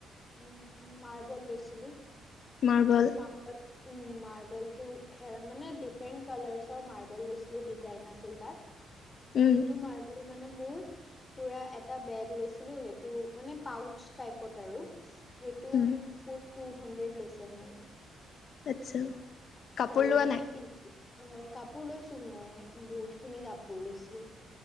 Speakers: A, on the left; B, on the left.
A: উম, মাৰ্বল লৈছিলোঁ।
B: মাৰ্বল।
A: হয়। উম, মাৰ্বল টো, খেৰ, মানে ডিফাৰেন্ট কালাৰছৰ মাৰ্বল লৈছিলোঁ, ডিজাইন আছিল তাত।
B: উম
A: সেইটো মাৰ্বল মানে মোৰ, পুৰা এটা বেগ লৈছিলো, সেইটো মানে পাউচ টাইপত আৰু। সেইটো,
B: উম
A: ফুত টু হাণ্ড্ৰেড লৈছে, মোৰ।
B: আচ্ছা। কাপোৰ
A: আৰু
B: লোৱা
A: বাকী
B: নাই?
A: <unintelligible> অ', কাপোৰ লৈছোঁ মই, বহুত খিনি কাপোৰ লৈছো,